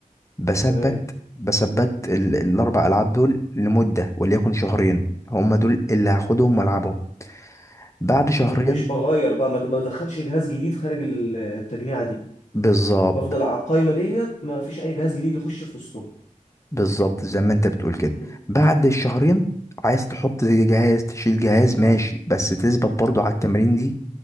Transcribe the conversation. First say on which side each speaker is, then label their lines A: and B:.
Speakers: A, on the left (about 20°); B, on the left (about 65°).
A: بثبت
B: تمام
A: بثبت ال- الأربع ألعاب دول لمدة وليكن شهرين هما دول اللي هاخدهم وألعبهم بعد شهرين
B: مم، مش بغير بقى ما بدخلش جهاز جديد خارج ال- التجميعة دي
A: بالظبط
B: بفضل على القايمة ديت ما فيش أي جهاز جديد يخش في وسطهم
A: بالظبط زي ما انت بتقول كده
B: مم.
A: بعد الشهرين عايز تحط جهاز تشيل جهاز ماشي بس تثبت برضو على التمرين دي